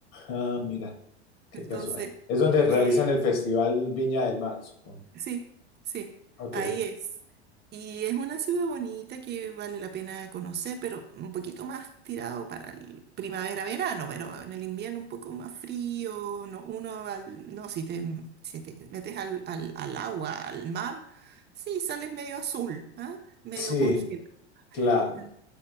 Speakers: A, on the left (about 50°); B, on the right (about 30°).
A: ah, mira, qué
B: <laughs> Entonces,
A: casual. Es donde realizan
B: eh,
A: el Festival Viña del Mar, supongo.
B: Sí, sí,
A: Ok,
B: ahí es. Y es una ciudad bonita que vale la pena conocer, pero un poquito más tirado para el primavera-verano, pero en el invierno un poco más frío, no, uno va al- no, si te, si te metes al, al, al agua, al mar, sí, sales medio azul, ¿ah? Medio
A: sí,
B: congelado.
A: claro,
B: En-